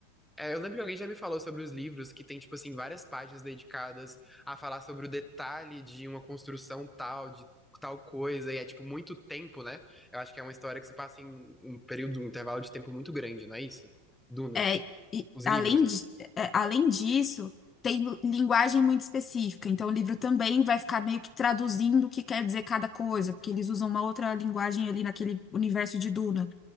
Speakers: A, in the centre; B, on the left.
A: É, eu lembro que alguém já me falou sobre os livros que tem, tipo assim, várias páginas dedicadas a falar sobre o detalhe de uma construção tal, de tal coisa, e é, tipo, muito tempo, né? Eu acho que é uma história que se passa em um período, um intervalo de tempo muito grande, não é isso? Duna.
B: É, e
A: Os
B: além
A: livros, né?
B: de, é, além disso, tem linguagem muito específica, então o livro também vai ficar meio que traduzindo o que quer dizer cada coisa, porque eles usam uma outra linguagem ali naquele universo de Duna.